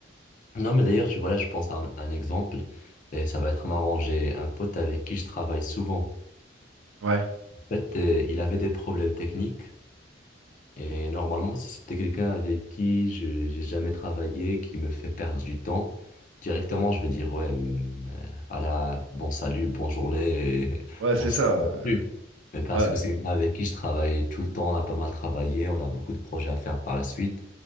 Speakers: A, on the left (about 40°); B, on the right (about 75°).
A: Non, mais d'ailleurs, tu vois, là, je pense à un, un exemple, et ça va être marrant. J'ai un pote avec qui je travaille souvent.
B: Ouais,
A: En fait, euh, il avait des problèmes techniques, Et normalement, si c'était quelqu'un avec qui je j'ai jamais travaillé, qui me fait perdre du temps, directement, je vais dire, ouais, hum, euh, à la, bon salut, bonne journée, et <laughs>
B: ouais, c'est
A: on se
B: ça.
A: voit
B: euh,
A: plus. Mais parce
B: Ouais,
A: que c'est quelqu'un avec qui je travaille tout le temps, on a pas mal travaillé, on a beaucoup de projets à faire par la suite.